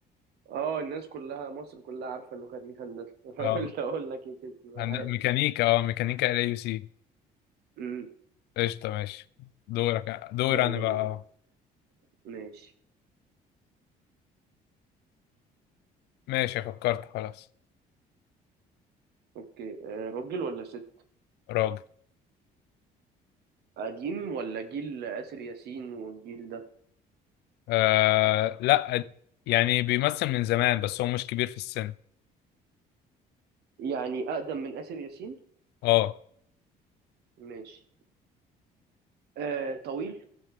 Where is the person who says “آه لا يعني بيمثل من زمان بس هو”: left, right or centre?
Left